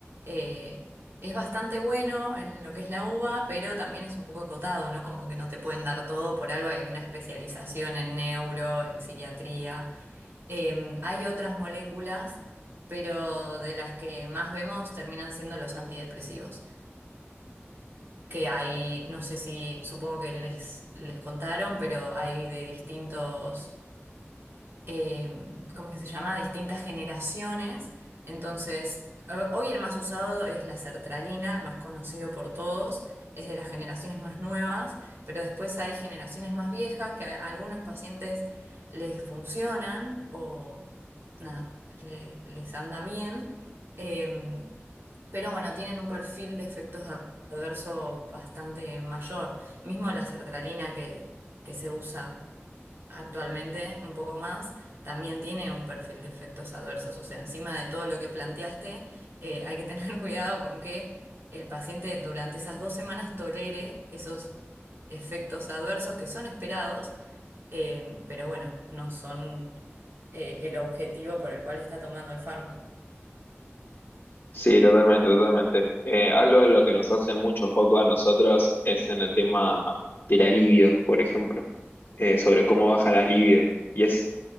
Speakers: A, on the right; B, on the left.
A: eh, es bastante bueno en lo que es la UBA, pero también es un poco acotado, ¿no? Como que no te pueden dar todo, por algo hay una especialización en neuro, en psiquiatría. Eh, hay otras moléculas, pero de las que más vemos terminan siendo los antidepresivos que hay, no sé si, supongo que les, les contaron, pero hay de distintos eh, ¿cómo que se llama? Distintas generaciones. Entonces, ho- hoy el más usado es la sertralina, el más conocido por todos, es de las generaciones más nuevas, pero después hay generaciones más viejas que a a algunos pacientes les funcionan o nada, le- les anda bien. eh, pero bueno, tienen un perfil de efectos ad- adversos bastante mayor. Mismo la sertralina que, que se usa actualmente un poco más, también tiene un perfil de efectos adversos. O sea, encima de todo lo que planteaste, eh, hay que tener <laughs> cuidado con que el paciente durante esas dos semanas tolere esos efectos adversos que son esperados, eh, pero bueno, no son eh, el objetivo por el cual está tomando el fármaco.
B: Sí, totalmente, totalmente. Eh, algo de lo que nos hacen mucho foco a nosotros es en el tema de la libido, por ejemplo, eh, sobre cómo baja la libido. Y es